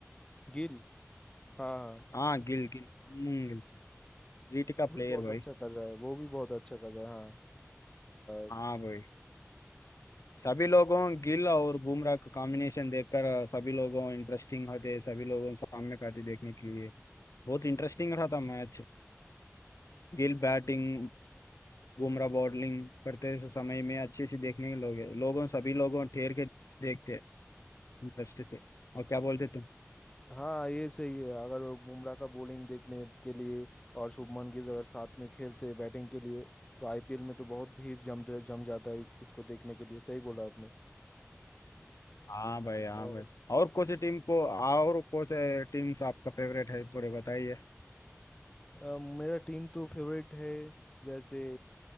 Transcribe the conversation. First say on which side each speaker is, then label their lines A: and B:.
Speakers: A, on the left; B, on the left.
A: गिल हाँ हाँ
B: हाँ गिल गिल हम्म, जीटी का
A: वो भी
B: प्लेयर
A: बहुत
B: भाई
A: अच्छा कर रहा है वो भी बहुत अच्छा कर रहा है हाँ अ,
B: हाँ भाई सभी लोगों गिल और बुमराह का कॉम्बिनेशन देखकर सभी लोगों इंटरेस्टिंग होते सभी लोगों सामने का थे देखने के लिए बहुत इंटरेस्टिंग रहा था match Gill batting Bumrah bowling करते समय में अच्छे से देखने के लोग लोगों सभी लोगों ठेर के देखते इंटरेस्ट से और क्या बोलते तुम
A: हाँ ये सही है अगर वो बुमराह का बॉलिंग देखने के लिए और शुभमन गिल अगर साथ में खेलते बैटिंग के लिए तो आईपीएल में तो बहुत भीड़ जम जम जाता है इस इसको देखने के लिए सही बोला आपने
B: हाँ भाई हाँ
A: और
B: भाई और कौन सी टीम को और कौन से टीम्स आपका फेवरेट है थोड़े बताइए
A: अ, मेरा टीम तो फेवरेट है जैसे